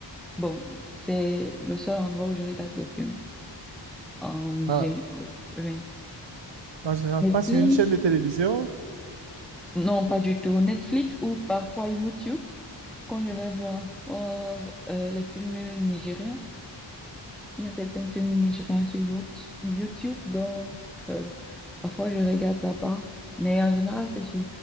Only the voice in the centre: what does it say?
Bon, c'est le seul endroit où je regarde des films en général.
Oui.
Netflix?
Non, pas du tout. Netflix ou parfois YouTube, quand je vais voir voir, euh, les films nigériens. Il y a certains films nigériens sur Yout- YouTube, donc euh, parfois je regarde là-bas. Mais en général, c'est sur